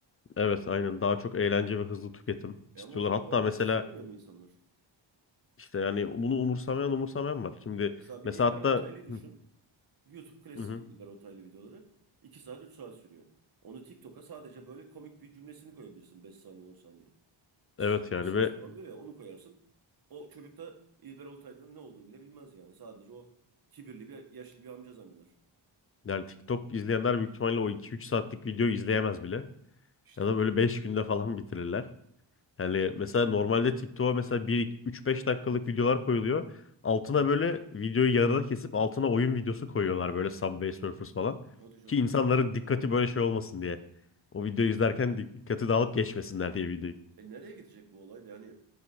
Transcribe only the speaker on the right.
E
ama o zaman
daha
bilgisiz olmuyor mu insanlar?
Mesela bir
İlber
Ortaylı'yı düşün.
YouTube klasiği
İlber Ortaylı videoları 2 saat 3 saat sürüyor. Onu TikTok'a sadece böyle komik bir cümlesini koyabilirsin 5 saniye 10 saniye. Sizce
iyisiniz
falan diyor ya onu koyarsın. O çocuk da İlber Ortaylı'nın ne olduğunu bile bilmez yani. Sadece o kibirli bir yaşlı bir amca zanneder.
İşte
hadi canım.
Of.
E nereye gidecek bu olay da yani